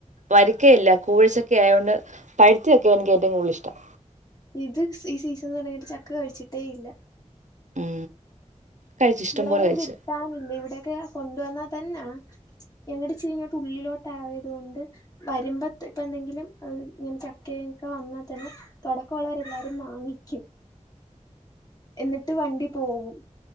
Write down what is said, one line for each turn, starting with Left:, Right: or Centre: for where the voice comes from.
Right: വരിക്കയില്ല കൂവ ചക്ക ആയോണ്ട് പഴുത്ത ചക്കെയാ എനിക്ക് ഏറ്റവും കൂടുതലിഷ്ടം
Left: ഇത് ഈ സീസൺ തുടങ്ങിയിട്ട് ചക്ക കഴിച്ചിട്ടേയില്ല
Right: ഉം കഴിച്ചു ഇഷ്ടം
Left: ഇവിടെയൊന്നും
Right: പോലെ കഴിച്ചു
Left: കിട്ടാനില്ല ഇവിടെയെക്കെ കൊണ്ട് വന്നാ തന്നെ ഞങ്ങട് ഇിച്ചരിങ്ങോട്ട് ഉള്ളിലോട്ടായത് കൊണ്ട് വരുമ്പം ഇപ്പന്തെങ്കിലും ഇങ്ങനെ ചക്കയൊക്കെ വന്നാ തന്നെ തൊടക്കം ഒള്ളവരെല്ലാരും വാങ്ങിക്കും എന്നിട്ട് വണ്ടി പോകും